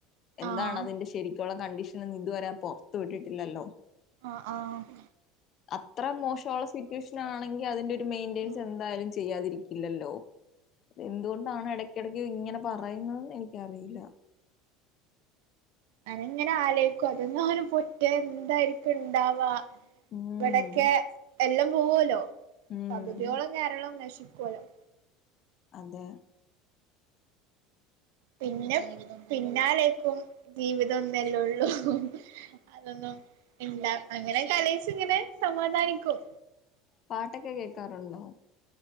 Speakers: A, on the left (about 30°); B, on the right (about 75°).
A: എന്താണ്
B: ആഹ്
A: അതിന്റെ ശരിക്ക ഇപ്പോ ഉള്ള കണ്ടീഷനിൽ നിന്നു ഇതുവരെ പുറത്ത് വിട്ടിട്ടില്ലല്ലോ?
B: ആ ആഹ്‌.
A: അത്ര മോശമുള്ള സിറ്റുവേഷൻ ആണെങ്കിൽ അതിന്റെ ഒരു മെയിന്റനൻസ്
B: ഉം
A: എന്തായാലും. ചെയ്യാതിരിക്കില്ലല്ലോ അ എന്തുകൊണ്ടാണ് ഇടക്കിടക്ക് ഇങ്ങനെ പറയുന്നതെന്ന് എനിക്കറിയില്ല.
B: ഞാൻ ഇങ്ങനെ ആലേ അതൊന്ന അവനും പൊറ്റ എന്തായിരിക്കും ഇണ്ടാവാ
A: ഉം
B: ഇവിടൊക്കെ എല്ലോം പോവലോ.
A: ഉം
B: പകുതിയോളം കേരളം നശിക്കും. കൊലം.
A: അതെ.
B: പിന്നെ പിന്നാലേയിക്കും ജീവിതം ഒന്നല്ലേ ഉള്ളൂ. അതൊന്നും ഇണ്ട അങ്ങനെ ലോയിച്ച് ഇങ്ങനെ. സമാധാനിക്കും.
A: പാട്ടൊക്കെ കേക്കാറുണ്ടോ?